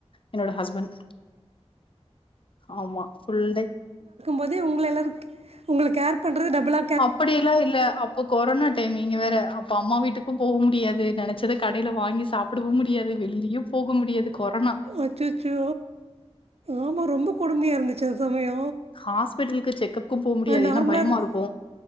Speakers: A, on the left; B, on the right.
A: என்னோட ஹஸ்பண்ட் ஆமா ஃபுல் டே
B: போதே உங்கள ‌எல்லாரூ கேர் பண்றது டபுளா
A: அப்படி எல்லா இல்ல அப்போ கொரோனா டைம் நீங்க வேற அப்பே அம்மா வீட்டுக் போக முடியாது நினைச்சத கடயில வாங்கி சாப்பிடவூ முடியாது வெள்ளியூ போக முடியாது கொரோனா
B: அச்சச்சே ஆமா ரொம்ப கொடுமையா இருந்துச்சு அந்த சமயே
A: ஹாஸ்பிட்டலுக்கு செக்கபுக்கூ போக முடியாது
B: நார்மலாக
A: ஏன்னா பயமா
B: இருக்கு
A: இருக்கூ